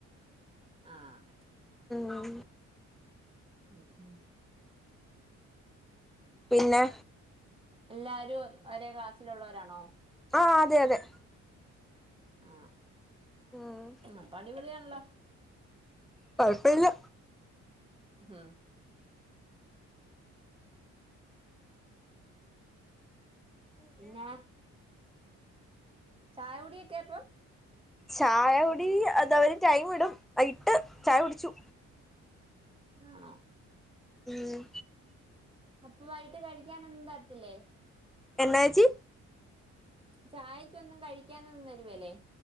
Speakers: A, on the right; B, in the centre.
A: ആഹ്
B: മ്മ്
A: മ്മ് മ്മ്
B: പിന്നെ
A: എല്ലാരും ഒരേ ക്ലാസ്സിലുള്ളവരാണോ
B: ആഹ് അതെ അതെ
A: ആഹ്
B: ഉം
A: അപ്പം അടിപൊളിയാണല്ലോ
B: കുഴപ്പമില്ല
A: മ്മ് പിന്നെ ചായ കുടിയൊക്കെയാ അപ്പം
B: ചായ കുടി അത് അവര് ടൈം ഇടും ഇട്ട് ചായ കുടിച്ചു
A: ആണോ
B: ഉം
A: അപ്പോ വൈകിട്ട് കഴിക്കാൻ ഒന്നും തരത്തില്ലേ
B: എന്നാ ഏച്ചി
A: ചായക്കൊന്നും കഴിക്കാനൊന്നും തരുവേല്ലേ